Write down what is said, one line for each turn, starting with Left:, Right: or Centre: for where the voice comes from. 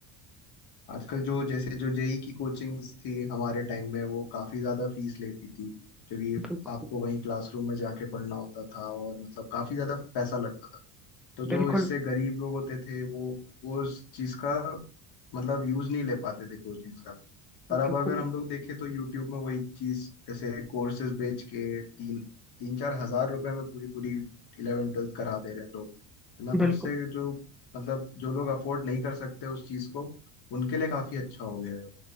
Left: आजकल जो जैसे जो जेई की कोचिंग्स थी हमारे टाइम में वो काफी ज्यादा फीस लेती थी क्योंकि
Centre: बिल्कुल
Left: आपको वहीं क्लासरूम में जाके पढ़ना होता था और मतलब काफी ज्यादा पैसा लगता था तो
Centre: बिल्कुल
Left: जो इससे गरीब लोग होते थे वो वो उस चीज का मतलब यूज नहीं ले पाते थे कोचिंग्स का पर
Centre: बिल्कुल
Left: अब अगर हम लोग देखें तो यूट्यूब में वही चीज जैसे कोर्सेज बेच के तीन तीन चार हजार रुपए में पूरी पूरी इलेवन ट्वेल्थ करा दे रहे हैं लोग है ना
Centre: बिल्कुल
Left: तो उससे जो मतलब जो लोग अफोर्ड नहीं कर सकते उस चीज को उनके लिए काफी अच्छा हो गया है